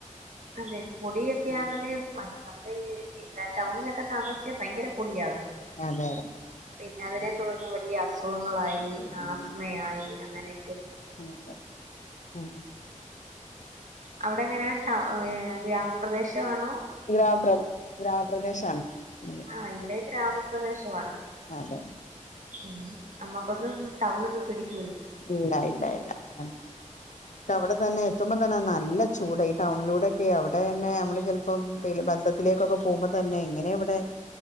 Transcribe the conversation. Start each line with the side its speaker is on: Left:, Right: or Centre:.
Right: അതെ പൊടിയൊക്കെ
Left: ഉം
Right: ആ ന്നെൽ നമ്മൾ ടൗണിലൊക്കെ താമസിച്ച് ഭയങ്കര പൊടിയാകും
Left: അതെ അതെ
Right: പിന്നെ അതിനെ തുടർന്ന് വലിയ അസുഖം ങ്ങളായി
Left: ഉം
Right: ആസ്മയായി അങ്ങനെ
Left: അതെ ഉം
Right: അവിടെ എങ്ങനെയാ ടൗ ഏ ഗ്രാമപ്രദേശ ആണോ
Left: ഗ്രാമപ്ര ഗ്രാമപ്രദേശാണ് അതെ
Right: ആഹ് ഇവിടെ
Left: ഉം
Right: ഗ്രാമപ്രദേശമാണ്
Left: അതെ
Right: ഉം നമ്മക്കൊന്നും ടൗണ ഒന്നും പിടിക്ക
Left: ഇല്ലാ ഇല്ലാ ഇല്ലാ നമ്മുക്കവിടെത്തനെ എത്തുമ്പോ തന്നെ നല്ല ചൂടാ ഈ ടൗണിലൂടെക്കെയേ അവിടെ തന്നെ നമ്മള് ചിലപ്പോം <unintelligible> ബന്ധത്തിലേക്കൊക്കെ പോകുമ്പ തന്നെ എങ്ങനെ ഇവിടെ